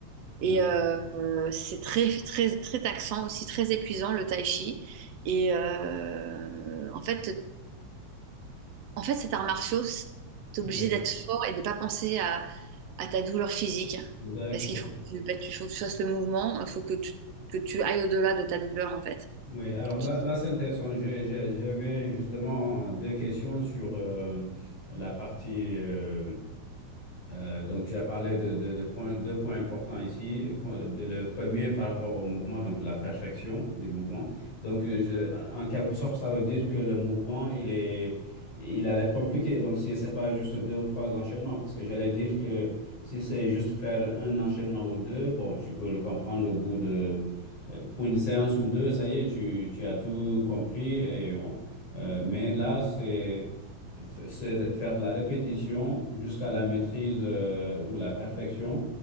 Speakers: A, on the left; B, on the right.
A: D'accord.
B: Et euh, euh, c'est très, très, très taxant, aussi très épuisant, le tai chi. Et euh, en fait, en fait, cet art martiaux, c- t'es
A: Oui.
B: obligé d'être fort et de pas penser à, à ta douleur physique.
A: D'accord.
B: Parce qu'il faut que tu, bah, tu- faut que tu fasses le mouvement, il faut que tu, que tu ailles au-delà de ta douleur, en fait.
A: Oui, alors là,
B: Tu-
A: là c'est intéressant. J'ai- j'ai- J'avais justement euh, deux questions sur euh, la partie euh, euh, donc, tu as parlé de, de- de points- deux points importants ici. Qu'on- de- le premier par rapport au mouvement, donc la perfection des mouvements. Donc, euh, je- en quelque sorte, ça veut dire que le mouvement, il est, il a l'air compliqué. Donc, si c'est pas juste deux ou trois enchaînements, parce que j'allais dire que si c'est juste faire un enchaînement ou deux, bon, tu peux le comprendre au bout de, euh, pour une séance ou deux, ça y est, tu, tu as tout compris. Et on- euh, mais là, c'est f- se- faire de la répétition jusqu'à la maîtrise euh, ou la perfection.